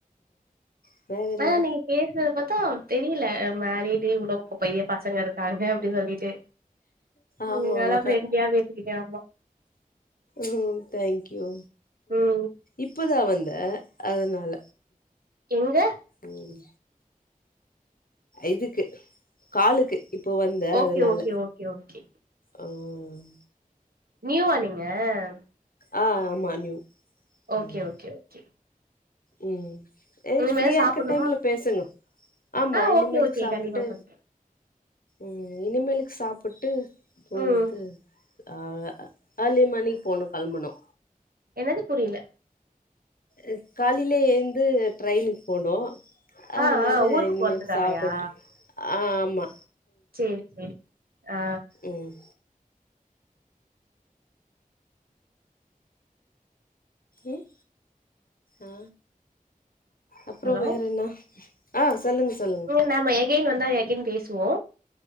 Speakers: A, on the left; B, on the right.
A: ம் வேற என்ன?
B: ஆனா நீங்க பேஸ்றத பத்தா தெரியில அ மேரிடு இவ்ளோ <inaudible> பெரிய பசங்க இருக்காங்க அப்டி சொல்லிட்டு ம்
A: ஆமாமா
B: நல்லா ஃப்ரெண்ட்லியா பேசுறீங்க ஆமா
A: ம் தேங்க்யூ
B: ம்
A: இப்ப தா வந்தே அதுனால
B: எங்க
A: ம் இதுக்கு காலுக்கு இப்போ வந்தே
B: ஓகே
A: அதுனால
B: ஓகே ஓகே ஓகே
A: ஆ ம்
B: நியூவா நீங்க அ
A: ஆ ஆமா நியூ
B: ஓகே
A: ம்
B: ஓகே ஓகே
A: ம் ஏ
B: இனிமேதா
A: ஃப்ரீயா
B: சாப்புட்ணுமா
A: இருக்க டைம்ல பேசுங்க ஆமா
B: ஆ
A: இனிமேலுக்
B: ஓகே ஓகே
A: சாப்ட்டு
B: கண்டிப்பா பண்றே
A: ம் இனிமேலுக் சா ப்ட்டு தூங்கற்து
B: ம்
A: ஆ அ அலி மணி போணு கெளம்பனு
B: என்னது புரியல
A: அ காலைலே எழ்ந்து ட்ரைனுக் போனு அத்னால
B: ஆ ஆ ஊருக்கு
A: இனிமே
B: போறதுக்காகயா
A: சாப்புட்டு ஆ மா
B: சேரி சேரி ஆ
A: ம் ம் ஆ அப்றோ
B: ஹலோ
A: வேற என்னா ஆ சொல்லுங்க சொல்லுங்க
B: ம் நாம எகைன் வந்தா எகைன் பேசுவோ